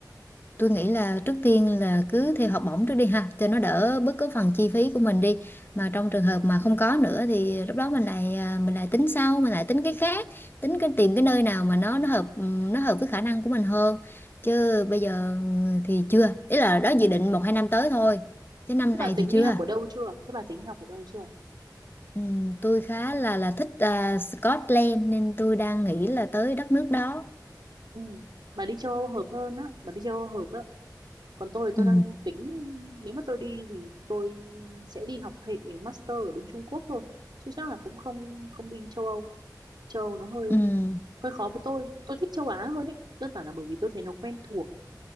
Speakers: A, on the left; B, on the right.
A: tôi nghĩ là trước tiên là cứ theo học bổng trước đi ha cho nó đỡ bớt cái phần chi phí của mình đi
B: ừ.
A: mà trong trường hợp mà không có nữa thì lúc đó mình lại à, mình lại tính sau mình lại tính cái khác tính cái tìm cái nơi nào mà nó nó hợp ừm, nó hợp với khả năng của mình hơn chứ bây giờ thì chưa ý là đó dự định một hai năm tới thôi chứ năm
B: thế
A: này
B: bà tính
A: thì chưa
B: đi học ở đâu chưa thế bà tính đi học ở đâu chưa
A: Ừ, tôi khá là là thích à, Scotland nên tôi đang nghĩ là tới đất nước đó.
B: ừ. bà đi châu Âu hợp hơn á bà đi châu Âu hợp á còn tôi thì tôi
A: Ừ.
B: đang tính nếu mà tôi đi thì tôi sẽ đi học hệ master ở bên Trung Quốc thôi chứ chắc là cũng không không đi châu Âu châu Âu nó hơi
A: Ừ.
B: hơi khó với tôi tôi thích châu Á hơn ấy đơn giản là bởi vì tôi thấy nó quen thuộc